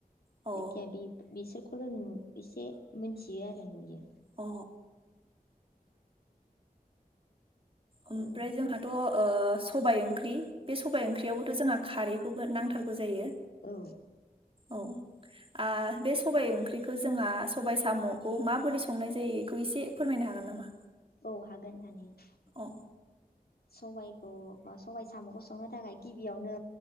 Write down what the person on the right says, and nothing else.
अ
अ। ओमफ्राय
जोंहाथ'। ओ सबाय ओंख्रि बे सबाइ ओंख्रियाव थ जोंहा खारैखौबो नांथारगौ जायो।
औ। आ बे सबाइ ओंख्रिखौ जोंहा सबाइ साम'खौ माबोरै संनाय जायो बेखौ एसे फोरमायनो हागोन नामा।
औ।